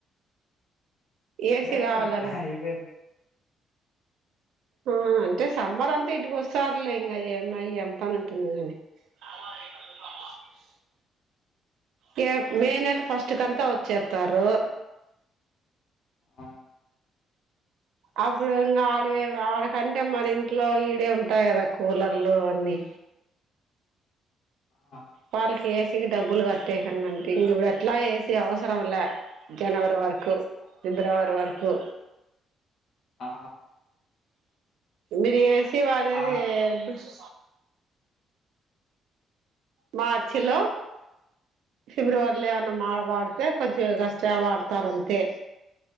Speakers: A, on the left (about 50°); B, on the right (about 80°).
A: ఏదో
B: ఏసీ కావాలను
A: ఇంగా హాయిబోయింది.
B: ఆ అంటే సమ్మర్ అంతా ఇంటికి వస్తారులే ఇంగా ఏం ఐ ఏం పని ఉంటుంది గాని సామాన్లు <inaudible> యేప్ మే నెల ఫస్ట్ కంతా వచ్చేతారు.
A: ఆ
B: అప్పుడు ఇంగా ఆడే ఆడకంటే మన ఇంట్లో ఈడే ఉంటాయి కదా కూలర్లు అన్ని
A: ఆ
B: వాళ్ళకి ఏసికి డబ్బులు కట్టే కన్నాంటే ఇంగా ఇప్పుడు ఎట్లా ఏసి అవసరం లే జనవరి వరకు ఫిబ్రవరి వరకు
A: ఆ
B: మీరు ఏసీ వాడేది
A: ఆ
B: బిస్ మార్చిలో ఫిబ్రవరిలో ఏమన్నా మాడ వాడితే కొంచెం కష్ట వాడతారుంతే